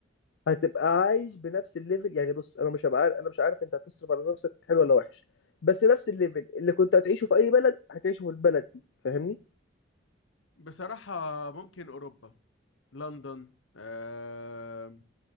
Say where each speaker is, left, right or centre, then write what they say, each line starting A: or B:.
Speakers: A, on the left; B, on the left.
A: هتبقى عايش بنفس الليفل يعني بص انا مش هبقى عارف انا مش عارف انت هتصرف على نفسك حلو ولا وحش بس نفس الليفل اللي كنت هتعيشه في اي بلد هتعيشه في البلد دي فاهمني
B: بصراحة ممكن اوروبا لندن آه